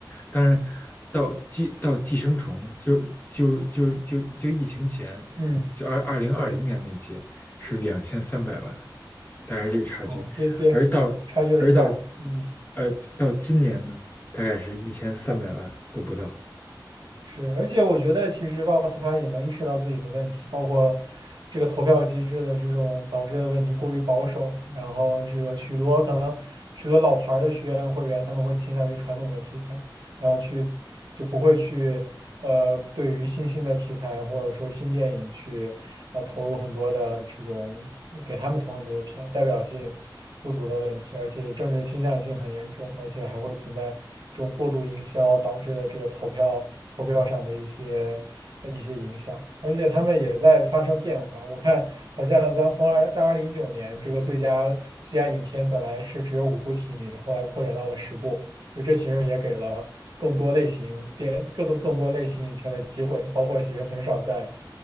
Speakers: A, on the left (about 25°); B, on the right (about 60°).
A: 当然，到寄到寄生虫，就就就就就疫情前，
B: 嗯，
A: 就二二零二零年那届是两千三百万，
B: 对。
A: 大概是这个差距。
B: 啊，这点差距了一半儿，
A: 而到而到
B: 嗯，
A: 呃到今年呢，大概是一千三百万都不到。
B: 是，而且我觉得其实奥斯卡也能意识到自己的问题，包括这个投票机制的这种导致的问题过于保守，然后这个许多可能许多老牌儿的学员会员他们会倾向于传统的题材，然后去就不会去呃，对于新兴的题材或者说新电影去呃投入很多的这种给他们投很多的票，代表性不足的问题，而且政治倾向性很严重，而且还会存在这种过度营销导致的这个投票投票上的一些呃一些影响，而且他们也在发生变化。我看好像在从二在二零一九年这个最佳最佳影片本来是只有五部提名，后来扩展到了十部。就这其实也给了更多类型电更多更多类型影片的机会，包括其实很少在